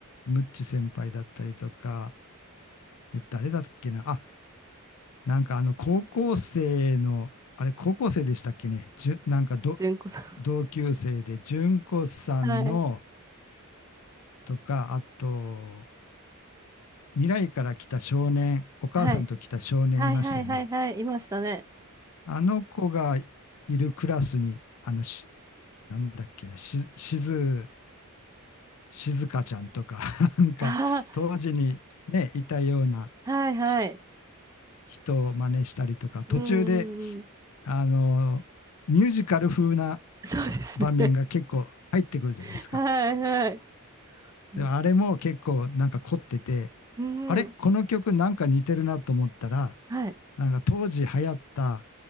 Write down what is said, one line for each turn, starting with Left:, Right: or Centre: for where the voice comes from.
Left: ムッチ先輩だったりとか、え、誰だっけな、あ、なんかあの、高校生の、あれ、高校生でしたっけね、じゅ、なんかど、
Right: 純子さん。
Left: 同級生で、純子さんの
Right: はい。
Left: とか、あと、未来から来た少年、お母さんと来た少年いましたよね。
Right: はい。はいはいはいはい。いましたね。
Left: あの子がいるクラスに、あのし、なんだっけな、し、しず、静香ちゃんとか、<laughs> なんか、
Right: あ
Left: 当時にね、いたような
Right: あ、はいはい。
Left: ひ人を真似したりとか、途中で、
Right: うんうんうん。
Left: あの、ミュージカル風な
Right: そうですね。
Left: 場面が結構入ってくるじゃないですか。
Right: <laughs> はいはい。う
Left: であれも結構なんか凝ってて、
Right: ん。うん
Left: あれこの曲なんか似てるなと思ったら、
Right: はい。
Left: なんか当時流行った